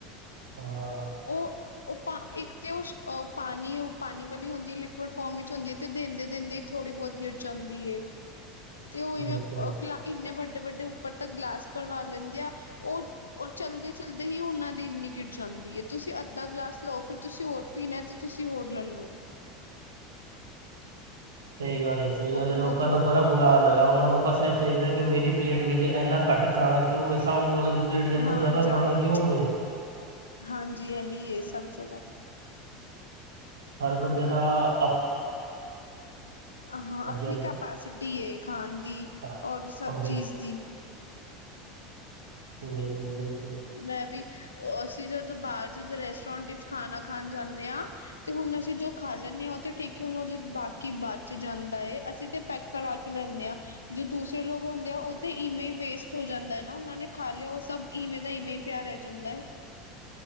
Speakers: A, on the right (about 80°); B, on the left (about 85°).
A: <inaudible>
B: ਉਹ- ਉਹ ਪਾ ਇਕ ਤੇ ਉਹ ਪਾਣੀ-ਪਾਣੀ ਵਾਲੀ ਹੁੰਦੀ ਹੈ, ਲਿਕੁਡ ਫੋਮ ਵਿਚ ਹੁੰਦੀ ਹੈ, ਤੇ ਦਿਦੇ ਦਿਦੇ ਥੋੜ੍ਹੀ ਬਹੁਤ ਗਿਰ ਜਾਦੀ ਹੈ।
A: <inaudible>
B: ਤੇ ਉਹ ਇਵੇਂ
A: ਬਿਲਕੁਲ
B: ਇਨੇ ਵੱਡੇ-ਵੱਡੇ ਉਪਰ ਤ ਗਲਾਸ ਭਵਾ ਲੈਦੇ ਆ ਉਹ ਉਹ ਚਲਦੇ-ਚਲਦੇ ਹੀ ਉਹਨਾਂ ਦੀ ਵਿਕਟ ਚਲਦੀ ਹੈ। ਤੁਸੀ ਅੰਧਾ ਗਲਾਸ ਲਓ ਫਿਰ ਤੁਸੀ ਹੋਰ ਪੀਣਾ ਤੇ ਤੁਸੀ ਹੋਰ ਲੈ ਲੋ
A: ਸਹੀ ਗੱਲ ਹੈ, ਸਹੀ
B: ਉਹ
A: ਗੱਲ
B: ਬਹੁਤ
A: ਹੈ, ਲੋਕਾਂ ਤੋ ਬੜਾ ਬੁਲਾ ਲਗਾ ਉਹਨਾ ਨੂੰ ਬਸ ਇਹ ਚਾਹੀਦਾ, ਕਿ ਮੇਰੀ ਪਲੇਟ ਵਿਚ ਇਨਾ ਘੱਟ ਖਾਣਾ ਕਿਉ ਵੇ ਸਾਹਮਣੇ ਬੋਲੇ ਪਲੇਟ ਅੰਦਰ
B: ਹਾਂ
A: ਜਿਆਦਾ
B: ਜ਼ਿਆਦਾ
A: ਖਾਣਾ ਕਿਉ ਵੇ
B: ਹਾਂਜੀ ਇਹੀ ਹੈ, ਸਭ ਜਗਾ
A: ਹਰ ਬੰਦੇ ਦਾ ਆਪ
B: ਹਾਂ
A: ਹਾਂਜੀ
B: ਆਪਣੀ
A: ਹਾਂਜੀ
B: ਕੈਪੈਸਿਟੀ ਖਾਣ ਦੀ
A: ਹਾਂ, ਹਾਂ,
B: ਔਰ ਸਭ
A: ਬਿਲਕੁਲ
B: ਚੀਜ਼ ਦੀ
A: ਬਿਲਕੁਲ-ਬਿਲਕੁਲ,
B: ਮੈਂ ਵੀ ਅਸੀ ਜਦੋ ਬਾਹਰ ਜਦੋ ਰੈਸਟੋਰੈਂਟ ਵਿਚ ਖਾਣਾ ਖਾਣ ਜਾਦੇ ਹਾਂ ਤੇ ਹੁਣ ਅਸੀ ਜੋ ਖਾ ਲੈਦੇ ਹਾਂ, ਉਹ ਤੇ ਠੀਕ ਐ ਉਹ ਬਾਕੀ ਬਚ ਜਾਦਾ ਹੈ, ਅਸੀ ਤੇ ਪ ਕਰਾ ਕੇ ਲੈਂਦੇ ਹਾਂ, ਜੋ ਦੂਸਰੇ ਲੋਕ ਹੁਦੇ ਆ ਉਹ ਤੇ ਇਵੇੇ ਵੇਸਟ ਹੋ ਜਾਦਾ ਹੈ, ਨਾ ਉਹਨਾ ਨੇ ਖਾ ਲਿਆ ਉਹ ਸਭ ਇਵੇ ਦਾ ਇਵੇ ਹੀ ਪਿਆਰ ਰਹਿ ਜਾਦਾ ਹੈਏ